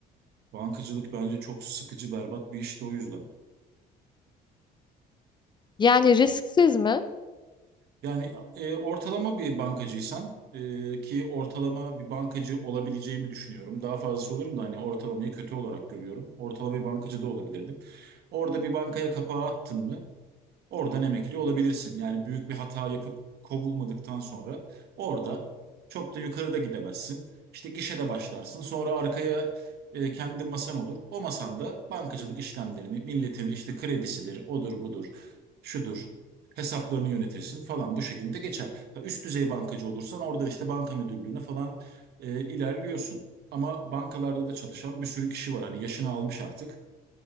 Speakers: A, on the right; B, on the left.
A: Bankacılık bence çok sıkıcı, berbat bir iş de o yüzden.
B: Yani risksiz mi?
A: Yani e, ortalama bir bankacıysan e, ki ortalama bir bankacı olabileceğimi düşünüyorum. Daha fazlası olurum da hani ortalamayı kötü olarak görüyorum. Ortalama bir bankacı da olabilirdim. Orada bir bankaya kapağı attın mı? Oradan emekli olabilirsin. Yani büyük bir hata yapıp kovulmadıktan sonra orada çok da yukarıda gidemezsin. İşte gişede başlarsın. Sonra arkaya e, kendi masan olur. O masanda bankacılık işlemlerini, milletin işte kredisidir, odur budur, şudur hesaplarını yönetirsin falan bu şekilde geçer. Ha, Üst düzey bankacı olursan orada işte banka müdürlüğüne falan e, ilerliyorsun. Ama bankalarda da çalışan bir sürü kişi var. Hani yaşını almış artık.